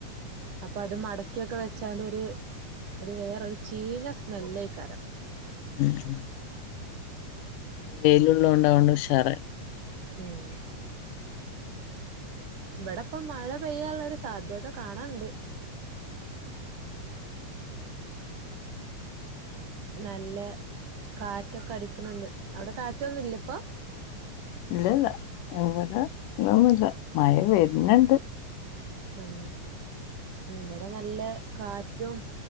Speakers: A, on the right; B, on the left.
A: അപ്പൊ അത് മടക്കിയൊക്കെ വെച്ചാലൊര് ഒരു വേറെരു ചീന സ്മെല്ലായികാരം
B: ഉം വൈലുള്ളൊണ്ട് ആവോണ്ട് ഉഷാറായി
A: ഉം ഇബടെപ്പ മഴ പെയ്യാനുള്ള ഒരു സാധ്യത കാണാനുണ്ട് നല്ല കാറ്റൊക്കെ അടിക്കണണ്ട് അവിടെ കാറ്റൊന്നുല്ലെ ഇപ്പൊ
B: ഇല്ലല്ല എങ്ങടെ ഇന്നൊന്നുല്ല മഴ വരുന്നുണ്ട്
A: ആഹ് ഇബടെ നല്ല കാറ്റും